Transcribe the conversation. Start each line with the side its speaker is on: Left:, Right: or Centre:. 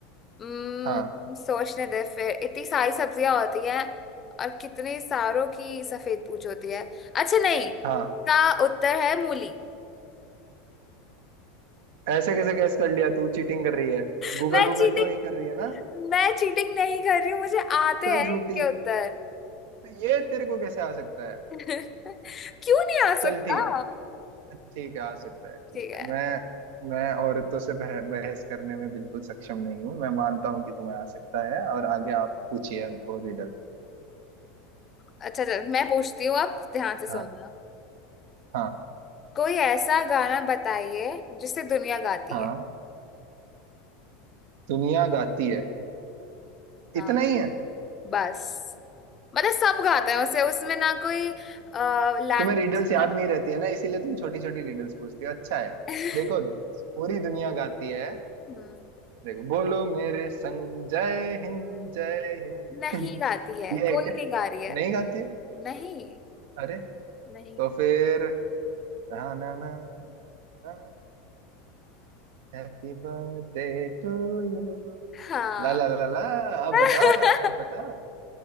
Left: हम्म,
Right: हाँ
Left: सोचने दे फिर इतनी सारी सब्जियां होती हैं और कितने सारों की सफेद पूछ होती है अच्छा नहीं
Right: हाँ
Left: इसका उत्तर है मूली
Right: ऐसे कैसे गैस कर लिया तू चीटिंग कर रही है
Left: <laughs>
Right: गूगल
Left: मैं
Right: गूगल
Left: चीटिंग
Right: तो नहीं कर रही है ना
Left: मैं चीटिंग नहीं कर रही हूँ मुझे आते
Right: चल
Left: हैं
Right: झूठी
Left: इनके उत्तर
Right: तो ये तेरे को कैसे आ सकता है
Left: <laughs> क्यों नहीं आ
Right: चल
Left: सकता
Right: ठीक है ठीक है आ सकता है ठीक
Left: ठीक है
Right: है मैं मैं औरतों से बह, बहस करने में बिल्कुल सक्षम नहीं हूँ मैं मानता हूँ कि तुम्हें आ सकता है और आगे आप पूछिए हमको रिडल
Left: अच्छा चल मैं पूछती हूँ अब ध्यान से सुनना
Right: हाँ हाँ
Left: कोई ऐसा गाना बताइए जिसे दुनिया गाती
Right: हाँ
Left: है
Right: दुनिया गाती है
Left: हाँ
Right: इतना ही है
Left: बस मतलब सब गाते हैं उसे उसमें ना कोई लैंग्वेज
Right: तुम्हें रिडल्स याद
Left: का
Right: नहीं रहती है ना इसीलिए तुम छोटी छोटी रिडल्स पूछती हो अच्छा है
Left: है <laughs>
Right: देखो पूरी दुनिया गाती है
Left: हम्म
Right: देखो बोलो मेरे संग जय हिंद जय हिंद
Left: नहीं
Right: <laughs>
Left: गाती है
Right: ये है
Left: कोई
Right: क्या
Left: नहीं गा रही है
Right: नहीं गाती है
Left: नहीं
Right: अरे
Left: नहीं
Right: तो फिर ना ना ना ना हैप्पी बर्थडे टू यू
Left: हाँ
Right: ला ला ला ला अब
Left: <laughs>
Right: बता अब बता